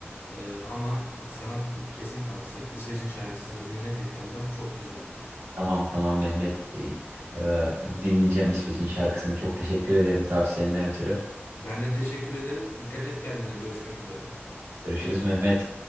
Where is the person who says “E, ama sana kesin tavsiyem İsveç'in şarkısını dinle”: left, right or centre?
Left